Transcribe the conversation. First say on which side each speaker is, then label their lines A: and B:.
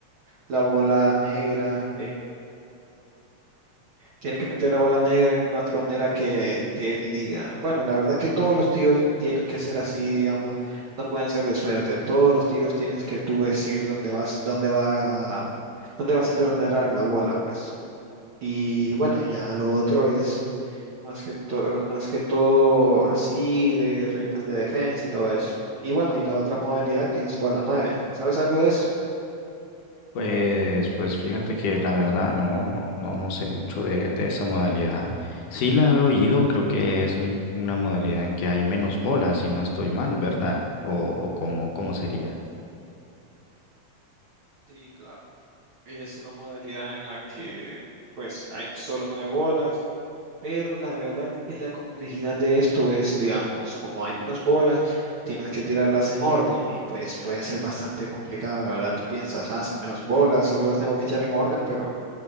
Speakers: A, on the right; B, on the left.
A: la bola negra Tiene que meter la bola negra en una tronera que, que él diga. Bueno, la verdad que todos los tiros tienen que ser así, digamos, no pueden ser de suerte. Todos los tiros tienes que tú decir dónde vas, dónde va, dónde vas a entronerar la bola, pues. Y bueno, ya lo otro es más que todo, más que todo así de reglas de defensa y todo eso. Y bueno, y la otra modalidad que es bola 9. ¿Sabes algo de eso?
B: Pues, pues fíjate que la verdad no, no, no, no sé mucho de, de esa modalidad. Sí la he oído, creo que es un- una modalidad en que hay menos bolas, si no estoy mal, ¿verdad? O, o cómo, cómo sería.
A: Sí, claro. Es una modalidad en la que pues hay solo nueve bolas, pero la verdad que la complejidad de esto es, digamos, como hay menos bolas, tienes que tirarlas en orden y pues puede ser bastante complicado, la verdad. Tú piensas, ah, son menos bolas, solo las tengo que echar en orden, pero